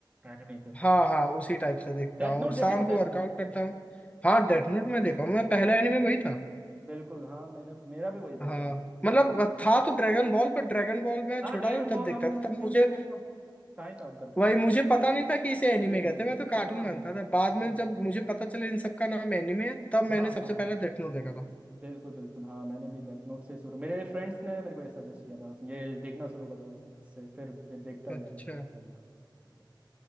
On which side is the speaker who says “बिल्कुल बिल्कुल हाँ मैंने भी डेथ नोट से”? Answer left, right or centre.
Right